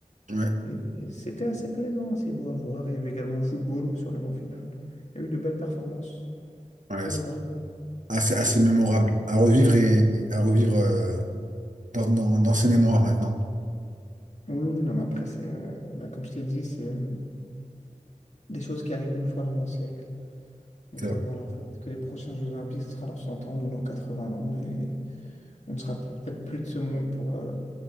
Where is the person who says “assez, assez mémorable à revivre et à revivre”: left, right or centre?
Right